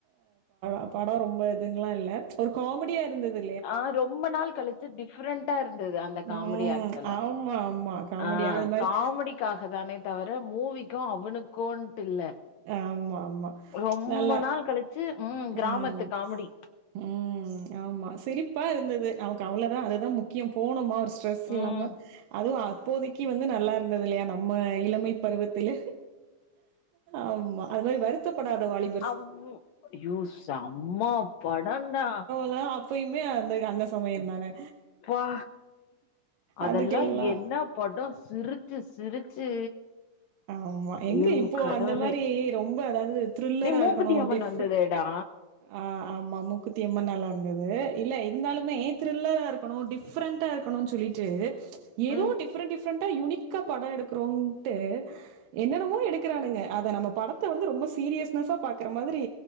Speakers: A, on the right; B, on the left.
A: அ படோ ரொம்ப இதுன்னல்லா இல்ல ஒரு காமெடியாருந்துது
B: ஆ ரொம்ப நாள் கழிச்சு டிஃப்ரெண்டண்டாருந்துது அந்த காமெடி
A: ம்.
B: அக்ட் எல்லா
A: ஆமா, ஆமா. காமெடியா
B: ஆ
A: அது மாரி
B: காமெடிக்காக தானே தவிர மூவிக்கு அவனுக்கு ட்டு இல்ல
A: ஆமா, ஆமா.
B: ரொம்ப
A: நல்லா
B: நாள் கழிச்சு ம்
A: ம்
B: கிராமத்து காமெடி.
A: ம் ஆமா சிரிப்பாருந்துது நமக்கு அவ்ளவுதா அதுதா முக்கியம் போனோமா ஸ்ட்ரெஸ் இல்லாம
B: ம்
A: அதுவு அப்போதைக்கு வந்து நல்லாருந்துது இல்லயா நம்ம இளமை பருவத்தில ஆமா அது மாரி வருத்தப்படாத வாலிப
B: அ யூ செம்ம படோன்டா
A: அ அப்பயுமே அந் த அந்த சமயந்தான
B: ப்பா அதெல்லா
A: அதுக்கெல்லா
B: என்ன படோ சிரிச்சு சிரிச்சு
A: ஆமா எங்க
B: ஐயோ!
A: இப்போ
B: கடவுளே!
A: அந்த மாரி ரொம்ப அதாவது த்ரில்லராருக்குணு
B: டேய் மூக்குத்தி அம்மன்
A: டிஃப
B: வந்ததேடா.
A: ஆ ஆமா மூக்குத்தியம்மன் நல்லாருந்துது இல்ல இருந்தாலுமே த்ரில்லரா இருக்கணு டிஃப்ரெண் ட்டா இருக்குணுன் சொல்லிட்டு ஏதோ
B: ம்
A: டிஃப்ரெட் டிஃப்ரொட்டா யுனிக்கா படொ எடுக்குறோன்ட்டு என்னெனவோ எடுக்குறானுங்க அத நாம படத்த வந்து ரொம்ப சீரியஸ்னெஸ்ஸா பாக்குற மாதிரி